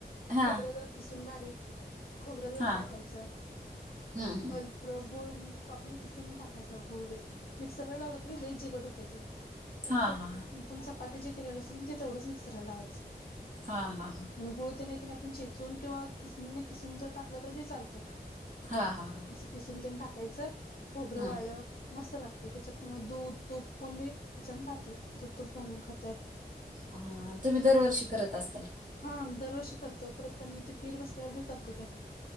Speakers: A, on the right (about 50°); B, on the left (about 60°).
A: हा
B: खोबरं जर किसून बारीक खोबरं जरा
A: हा
B: टाकायचं,
A: हम्म
B: <unintelligible>
A: हम्म
B: थोडं गुळ कापून खिसून टाकायचं, गुळ बी मिक्सरला लावलं की नाय लई चिकट होतंय ते. फक्त
A: हा हा
B: <unintelligible> चपाती जे केलेलं असतंय ते तेवढंच मिक्सरला लावायचं.
A: हा हा हा.
B: मग गुळ तेन हाय की नाही आपण चेचून किंवा किसणीने किसून जर टाकलं तर बी चालते.
A: हा हा हा
B: म किसून तेन टाकायचं, खोबरं
A: हम्म
B: वाळलं मस्त लागतंय त्याच्यात किंवा दूध तूप कोण बी ह्याच्यान खातंंय, दूध तूप घालून खात्यात.
A: हा, तुम्ही दरवर्षी करत असताल?
B: हा दरवर्षी करतो, परत त्यानी ते पीर बसल्यावर बी करतो की आम्ही.